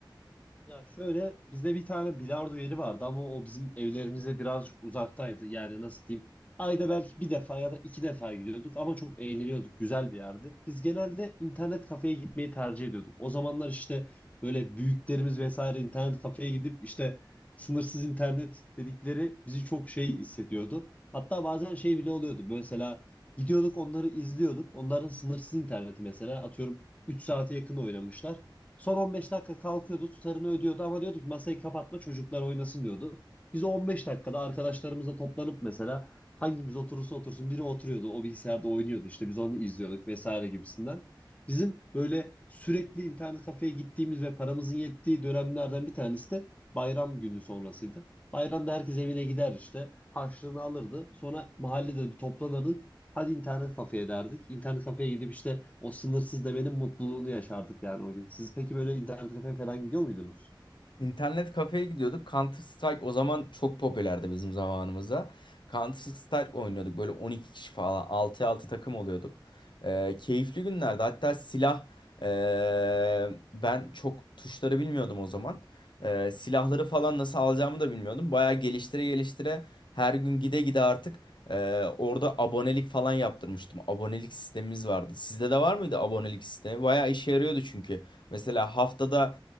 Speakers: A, on the left (about 15°); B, on the left (about 65°).
A: Ya şöyle bizde bir tane bilardo yeri vardı ama o bizim evlerimize birazcık uzaktaydı. Yani nasıl diyeyim? Ayda belki bir defa ya da iki defa gidiyorduk ama çok eğleniyorduk. Güzel bir yerdi. Biz genelde internet kafeye gitmeyi tercih ediyorduk. O zamanlar işte böyle büyüklerimiz vesaire internet kafeye gidip işte sınırsız internet dedikleri bizi çok şey hissediyordu. Hatta bazen şey bile oluyordu. Mesela gidiyorduk onları izliyorduk. Onların sınırsız interneti mesela atıyorum 3 saate yakın oynamışlar. Son 15 dakika kalkıyordu, tutarını ödüyordu ama diyordu ki masayı kapatma çocuklar oynasın diyordu. Biz o 15 dakikada arkadaşlarımızla toplanıp mesela hangimiz oturursa otursun biri oturuyordu o bilgisayarda oynuyordu işte biz onu izliyorduk vesaire gibisinden. Bizim böyle sürekli internet kafeye gittiğimiz ve paramızın yettiği dönemlerden bir tanesi de bayram günü sonrasıydı. Bayramda herkes evine gider işte harçlığını alırdı. Sonra mahallede bir toplanırdık. Hadi internet kafeye derdik. İnternet kafeye gidip işte o sınırsız demenin mutluluğunu yaşardık yani o gün. Siz peki böyle internet kafeye falan gidiyor muydunuz?
B: İnternet kafeye gidiyorduk. Counter Strike o zaman çok popülerdi bizim zamanımızda. Counter Strike oynuyorduk. Böyle 12 kişi falan 6'ya 6 takım oluyorduk. Ee, keyifli günlerdi. Hatta silah ee, ben çok tuşları bilmiyordum o zaman. Ee, silahları falan nasıl alacağımı da bilmiyordum. Bayağı geliştire geliştire her gün gide gide artık ee, orada abonelik falan yaptırmıştım. Abonelik sistemimiz vardı. Sizde de var mıydı abonelik sistemi? Bayağı işe yarıyordu çünkü. Mesela haftada